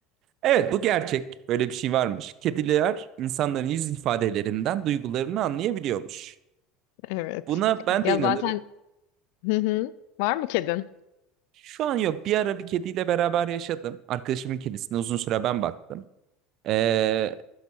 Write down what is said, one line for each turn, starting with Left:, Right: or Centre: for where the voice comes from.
Right: Evet, bu gerçek. Böyle bir şey varmış. Kediler insanların yüz ifadelerinden duygularını anlayabiliyormuş.
Left: Evet.
Right: Buna ben
Left: Ya
Right: de inanırım.
Left: zaten <laughs> hı hı. Var mı kedin?
Right: Şu an yok. Bir ara bir kediyle beraber yaşadım. Arkadaşımın kedisine uzun süre ben baktım. Ee,